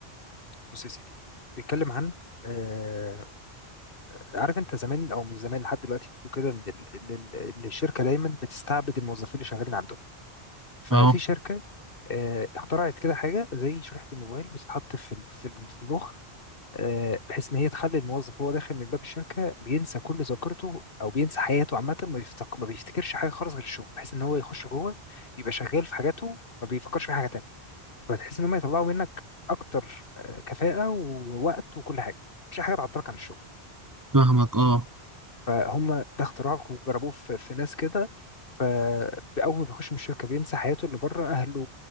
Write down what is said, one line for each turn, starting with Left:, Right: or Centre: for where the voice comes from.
Left: بص يا سيدي بيتكلم عن آه، عارف انت زمان او مش زمان لحد دلوقتي بيقولوا كده ان ال- إن ال- إن الشركه دايما بتستعبد الموظفين اللي شغالين عندهم ففي
Right: اه
Left: شركه آه، اخترعت كده حاجه زي شريحه الموبايل بتتحط في ال- في ال- في المخ آه، بحيث ان هي تخلي الموظف وهو داخل من باب الشركه بينسى كل ذاكرته او بينسى حياته عامه ما بيفتك... ما بيفتكرش حاجه خالص غير الشغل بحيث ان هو يخش جوه يبقى شغال في حاجاته ما بيفكرش في حاجه تانيه فتحس ان هم يطلعوا منك اكتر آه، كفاءه ووقت وكل حاجه مش حاجه تعطلك عن الشغل
Right: فاهمك اه
Left: فهم ده اختراع وجربوه في, في ناس كده فأول ما بيخش من الشركة بينسى حياته اللي بره أهله